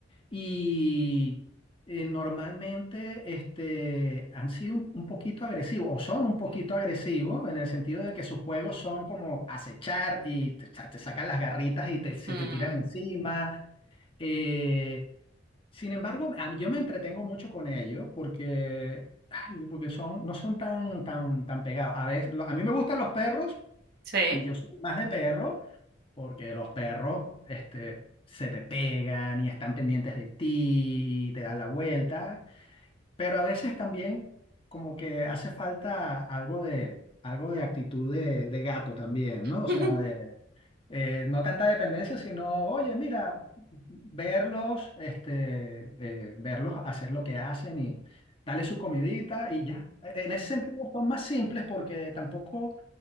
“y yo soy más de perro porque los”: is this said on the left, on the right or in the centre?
Left